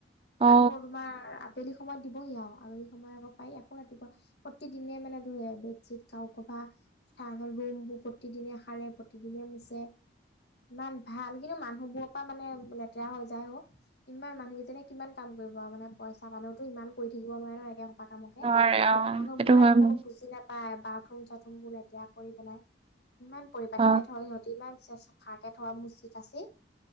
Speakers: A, on the right (about 30°); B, on the left (about 65°).
A: অ
B: আকৌ তোমাৰ আবেলি। সময়ত দিবহি আও আৰু সময় আকৌ পায় আকৌ ৰাতিপুৱা প্ৰতিদিনে মানে বেডছিট গাৰু কভাৰ সোপা ৰুম বোৰ প্ৰতিদিনে সাৰে, প্ৰতিদিনে মুছে।
A: <inaudible>
B: ইমান ভাল কিন্তু মানুহবোৰৰ পৰা মানে লেতেৰা হৈ যায় অ'। ইমান মানুহকেইজনে কিমান কাম কৰিব আৰু মানে পইচা পালেওতো ইমান কৰি থাক নোৱাৰে ন' একে সময়। কামকে,
A: নোৱাৰে অ
B: মানুহবোৰে
A: সেইটো হয়
B: অকনো
A: বাৰু।
B: বুজি নাপায় বা। বাথৰুম চাথৰুম বোৰ লেতেৰা কৰি পেলাই, ইমান পৰিপাটিকে
A: অ
B: থৈ সিহঁতি ইমান। ভালকে থৈ মুচি-কাচি,